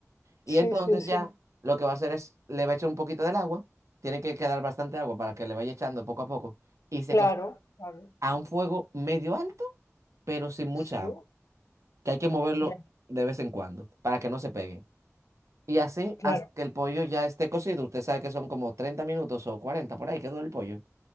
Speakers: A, on the right; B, on the left.
A: Y
B: sí,
A: entonces
B: sí, sí,
A: ya lo que va a hacer es, le va a echar un poquito del agua, tiene que quedar bastante agua para que le vaya echando poco a poco, y se
B: claro,
A: cocina
B: claro,
A: a un fuego medio alto, pero sin mucha
B: sí,
A: agua, que hay que moverlo
B: ya,
A: de vez en cuando para que no se pegue. Y así
B: claro,
A: hasta que el pollo ya esté cocido, usted sabe que son como 30 minutos o 40 por ahí que dura el pollo.